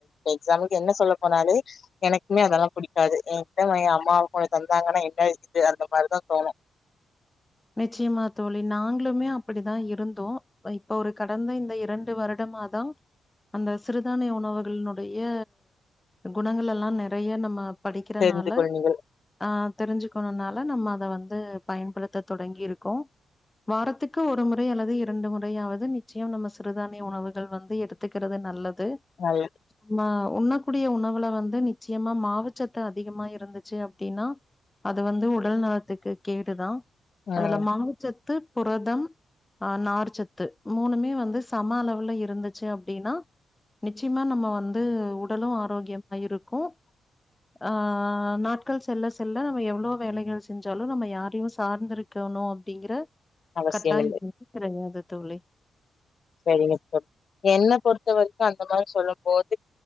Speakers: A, on the left; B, on the left.
A: எக்ஸாம்பிளுக்கு என்ன சொல்ல போனாலே எனக்குமே அதெல்லா புடிக்காது என்கிட்ட எ அம்மாவு கொஞ்ச தந்தாங்கன்னா என்ன இருக்குது அந்த மாரிதா தோணு
B: நிச்சயமா தோழி நாங்களுமே அப்டிதா இருந்தோ இப்ப ஒரு கடந்த இந்த இரண்டு வருடமா தா அந்த சிறுதானிய உணவுகளினுடைய குணங்கள் எல்லா நெறைய நம்ம படிக்கிறனால
A: தெரிந்து கொள் நீங்கள்
B: ஆ தெரிஞ்சுக்கணுனால நம்ம அத வந்து பயன்படுத்த தொடங்கி இருக்கோ வாரத்துக்கு ஒரு முறை அல்லது இரண்டு முறையாவது நிச்சயம் நம்ம சிறுதானிய உணவுகள் வந்து எடுத் துக்கிறது நல்லது
A: <unintelligible>
B: ம உண்ணக்கூடிய உணவுல வந்து நிச்சயமா மாவுச்சத்து அதிகமா இருந்துச்சு அப்டின்னா அது வந்து உடல் நலத்துக்கு கேடுதா
A: ம்
B: அதுல மாவுச்சத்து புரதம் ஆ நார்ச்சத்து மூணுமே வந்து சம அளவுல இருந்துச்சு அப்டின்னா நிச்சயமா நம்ம வந்து உடலு ஆரோக்கியமா இருக்கு அ நாட் கள் செல்ல செல்ல நம்ம எவ்ளோ வேலைகள் செஞ்சாலு நம்ம யாரையு சார்ந்திருக்கணு அப்டிங்கிற
A: அவசியம்
B: கட்டாய
A: இல்லை
B: ங்கிறது கெடயாது தோழி
A: சரிங்க தோழி என்ன பொறுத்த வரைக்கு அந்த மாரி சொல்லும் போது